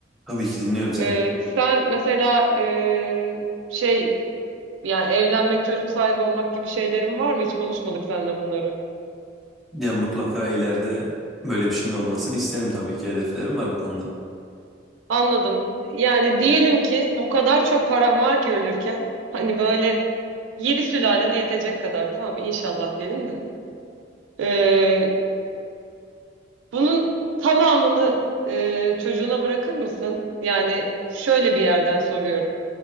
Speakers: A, in the centre; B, on the right.
A: Tabii ki dinliyorum seni.
B: E, sen mesela e, şey yani evlenmek, çocuk sahibi olmak gibi şeylerin var mı? Hiç konuşmadık seninle bunları.
A: Ya mutlaka ileride böyle bir şeyin olmasını isterim tabii ki. Hedeflerim var bu konuda.
B: Anladım. Yani diyelim ki o kadar çok param var ki ölürken hani böyle yedi sülalene yetecek kadar tamam mı? inşallah diyelim de. Bunun tamamını e, çocuğuna bırakır mısın? Yani şöyle bir yerden soruyorum.